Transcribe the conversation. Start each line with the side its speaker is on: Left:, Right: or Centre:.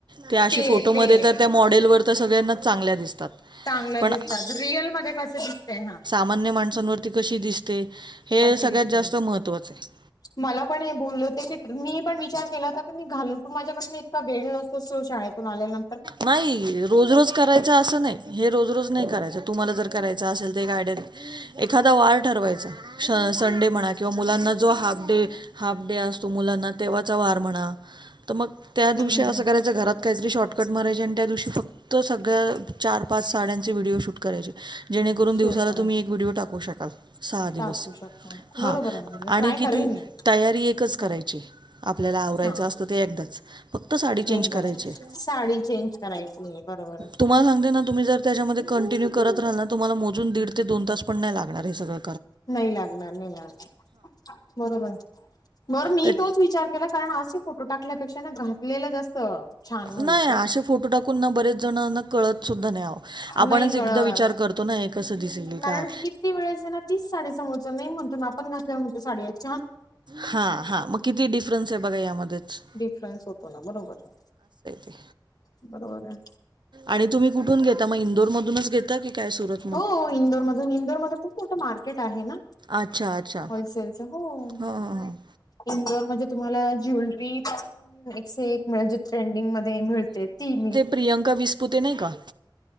Right: त्या अशी
Left: ते
Right: फोटोमध्ये
Left: ते
Right: तर त्या मॉडेलवर त सगळ्यांनाच चांगल्या दिसतात.
Left: चांगल्या
Right: पण
Left: दिसतात. रिअल मध्ये कस दिसतय हां.
Right: मान्य माणसांवरती कशी दिसते. हे
Left: कशी
Right: सगळ्यात
Left: दिसते
Right: जास्त महत्वाचंय.
Left: मला पण हे बोलले होते की, मी पण विचार केला होता की मी घालून त माझ्याकडन इतका वेळ नसतो सो शाळेतून आल्यानं
Right: नाही रोज रोज करायच असं नाही. हे रोज रोज नाही करायच. तुम्हाला जर करायचं असेल, <unintelligible> एखादा वार ठरवायचा. श संडे म्हणा. किंवा मुलांना जो हाफ डे हाफ डे असतो मुलांना तेव्हाचा वार म्हणा. त मग त्या दिवशी
Left: हम्म हम्म
Right: असं
Left: हम्म
Right: करायच. घरात काहीतरी शॉर्टकट मारायचे. आणि त्या दिवशी फक्त सगळ्या चार पाच साड्यांचे व्हिडिओ शूट करायचे. जेणेकरून
Left: शिव
Right: दिवसाला
Left: करा
Right: तुम्ही एक व्हिडिओ टाकू शकाल. सहा दिवस.
Left: टाकू शकता
Right: हां.
Left: बरोबर आहे ना बरोबर
Right: आणि
Left: ट्राय
Right: किती
Left: करेल मी
Right: तयारी एकच करायची.
Left: हा
Right: आपल्याला आवरायचं
Left: हा
Right: असतं ते एकदाच. फक्त साडी चेंज
Left: एकदा
Right: करायचीये.
Left: साडी चेंज करायचीये. बरोबरे.
Right: तुम्हाला सांगते ना, तुम्ही जर त्याच्यामध्ये कंटिन्यू करत राहाल ना. तुम्हाला मोजून दीड ते दोन तास पण नाही लागणार. हे सगळ
Left: नाही लागणार नाही लागणार. बरोबरे. बर मी
Right: त्या
Left: तोच विचार केला. कारण असे फोटो टाकल्यापेक्षा ना, घातलेलं जास्त छान होईल
Right: नाय आशे
Left: ते
Right: फोटो टाकून ना. बरेच जणांना कळत सुद्धा नाय आहो.
Left: नाही
Right: आपणच
Left: कळत
Right: एकदा विचार कर तो ना. हे कस दिसेल?
Left: कारण
Right: काय
Left: किती वेळेसेना त्यांना तीच साडी समोरचा नाही म्हणतो. अन आपण घातल्या वर म्हणतो साडी अशी
Right: हां हा म किती डिफरन्से बघा या मध्येच.
Left: डिफरन्स होतो ना. बरोबरे.
Right: ते
Left: बरोबरे.
Right: आणि तुम्ही कुठून घेता म? इंदोरमधूनच घेता की, काय सुरत
Left: हो इंदोर मधून. इंदोरमध्ये खूप मोठं मार्केट आहे ना.
Right: अच्छा अच्छा
Left: होलसेलच. हो.
Right: हां हां हां
Left: इंदोर मध्ये तुम्हाला ज्वेलरी पण एकसे एक मिळेल. जे ट्रेंडिंगमध्ये मिळते. ती मी
Right: प्रियांका विस्पुते नाही का?